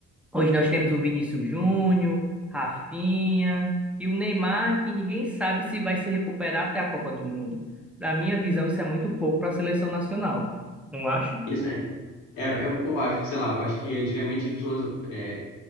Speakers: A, in the centre; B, on the left (about 70°).
A: Hoje nós temos o Vinícius Júnior, Rafinha e o Neymar, que ninguém sabe se vai se recuperar até a Copa do Mundo. Na minha visão, isso é muito pouco para a seleção nacional. Não acha?
B: Isso é, é, é pô, acho que, sei lá, eu acho que antigamente as pessoas é,